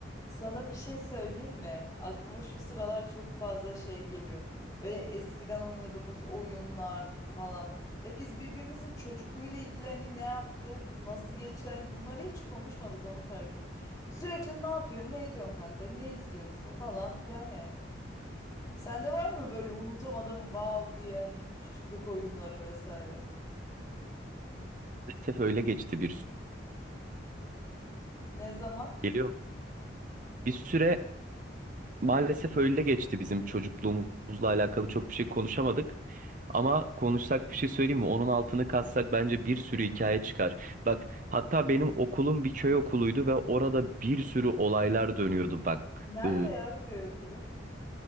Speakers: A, on the left; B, on the right.
A: Sana bir şey söyleyeyim mi? Aklıma şu sıralar çok fazla şey geliyor. Böyle eskiden oynadığımız oyunlar falan. Ya biz birbirimizin çocukluğuyla ilgili hani ne yaptık, nasıl geçti, hani bunları hiç konuşmadık onu fark ettim. Sürekli ne yapıyorsun, ne ediyorsun kanka, ne izliyorsun falan filan yani. Sende var mı böyle unutamadığım wow diye hani küçüklük oyunları vesaire?
B: Maalesef öyle geçti bir süre.
A: Ne zaman?
B: geliyor mu? Bir süre maalesef öyle geçti bizim çocukluğumuzla alakalı çok bir şey konuşamadık. Ama konuşsak bir şey söyleyeyim mi? Onun altını katsak bence bir sürü hikaye çıkar. Bak hatta benim okulum bir köy okuluydu ve orada bir sürü olaylar dönüyordu. Bak
A: Nerede
B: e,
A: ya köy okulu?